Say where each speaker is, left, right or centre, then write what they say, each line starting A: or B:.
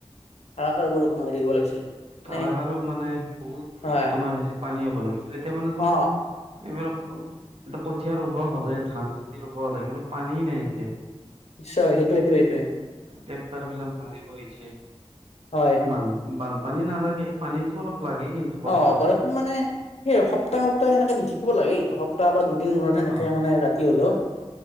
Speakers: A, on the left; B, on the right.
A: ধাৰাসাৰ বৰষুণ হৈ থাকিব লাগিছিল। মানে
B: তাৰ আৰু মানে বহুত
A: হয়
B: তোমাৰ হেৰি পানী হ'ব লাগিছিল। এতিয়া মানে তোমাৰ
A: অ
B: এইবাৰ অ-এতিয়া কঠীয়া ৰুব হ'লেই, ধান খেতি ৰুব হ'লেই, কিন্তু পানী নাই এতিয়া।
A: নিশ্চয়, সেইটোৱেই-সেইটোৱে-সেইটোৱে।
B: ট্ৰেক্টাৰ বিলাক মাৰিব হৈছে।
A: হয়
B: বান-বানপানী নালাগে, পানীতো অলপ লাগে কিন্তু পথাৰত।
A: অ', বৰষূণ মানে সেই সপ্তাহে-সপ্তাহে এনেকে দি থাকিব লাগে কিন্তু। সপ্তাহ বা দুদ দিন মূৰত সেনেকে
B: অ',
A: মানে ৰাতি হলেওঁ।